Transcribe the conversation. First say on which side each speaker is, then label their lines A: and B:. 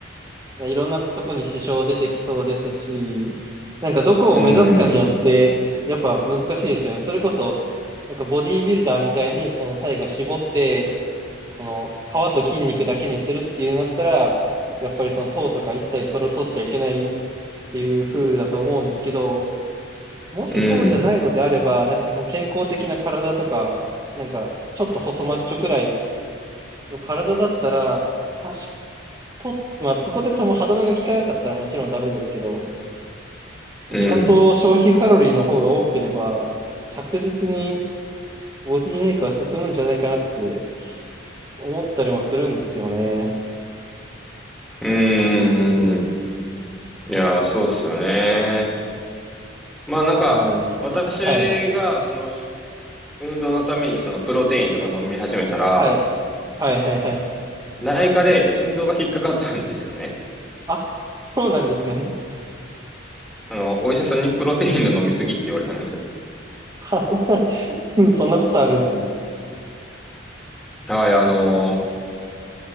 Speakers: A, on the right (about 20°); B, in the centre.
A: いろんなとこに支障出てきそうですし、なんかどこを目指すかによって、
B: うん、
A: やっぱ難しいですよね。それこそ、なんかボディービルダーみたいに、その最後絞って、この皮と筋肉だけにするっていうなだったら、やっぱりその糖とか一切取ら、取っちゃいけないっていう風だと思うんですけど、もしそうじゃないのであれば、
B: うん、
A: なんかその健康的な体とか、なんかちょっと細マッチョくらいの体だったら、多少と、まあそこでとも歯止めが効かなかったらもちろんダメですけど、
B: うん、
A: ちゃんと消費カロリーの方が多ければ、着実にボディメイクは進むんじゃないかなって思ったりもするんですけどね。
B: うん。いや、そうっすよね。まあなんか、
A: はい。
B: 私がその
A: はい。
B: 運動のためにそのプロテインとか飲み始めたら、
A: はい。はいはいはい。
B: 内科で腎臓が引っかかったんですよね。
A: あ、そうなんですね。
B: あの、お医者さんにプロテインの飲みすぎって言われたんですよ。
A: <laughs> ははそそんなことあるんですね。
B: はい、あの